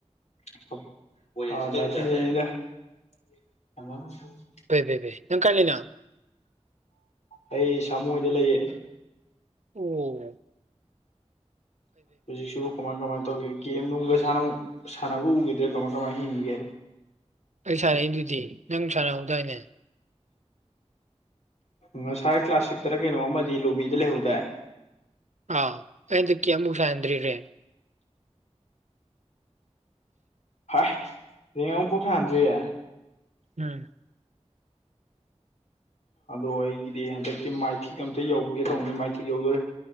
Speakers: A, on the left; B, on the right.
A: <unintelligible>
B: ꯐꯩ ꯐꯩ ꯐꯩ ꯅꯪ ꯀꯥꯏ ꯂꯩꯅꯣ
A: ꯑꯩ ꯁꯃꯨ ꯍꫭꯏꯗꯦ ꯂꯩꯌꯦ
B: ꯑꫭ
A: ꯍꯧꯖꯤꯛꯁꯤꯕꯨ ꯀꯃꯥꯏ ꯀꯃꯥꯏꯅ ꯇꯧꯔꯤ ꯒꯦꯝ ꯅꯨꯡꯒ ꯁꯥꯟꯅ ꯁꯥꯟꯅꯕ ꯎꯈꯤꯗ꯭ꯔꯦ ꯀꯃꯥꯏ ꯀꯃꯥꯏ ꯍꯤꯡꯉꯤꯒꯦ
B: ꯑꯩ ꯁꯥꯟꯅꯛꯏꯗꯨꯗꯤ ꯅꯪ ꯁꯥꯟꯅꯍꯧꯗꯥꯏꯅꯦ
A: ꯉꯁꯥꯏ ꯀ꯭ꯂꯥꯁꯤꯛꯇꯔ ꯀꯩꯅꯣ ꯑꯃꯗꯤ ꯂꯣꯕꯤꯗ ꯂꯩꯍꯧꯗꯥꯏ
B: ꯑꯩ ꯍꯟꯗꯛꯀꯤ ꯑꯝꯕꯨꯛ ꯁꯟꯗ꯭ꯔꯤ ꯔꯦꯡ
A: ꯍꯥꯏ ꯔꯦꯡ ꯑꯝꯐꯨꯛ ꯁꯥꯟꯗ꯭ꯔꯤꯌꯦ
B: ꯎꯝ
A: ꯑꯗꯣ ꯑꯩꯒꯤꯗꯤ ꯍꯟꯗꯛꯇꯤ ꯃꯥꯏꯊꯤꯛ ꯑꯝꯇ ꯌꯧꯒꯦ ꯇꯧꯕꯅꯤ ꯃꯥꯏꯊꯤꯛ ꯌꯧꯗꯣꯔꯦ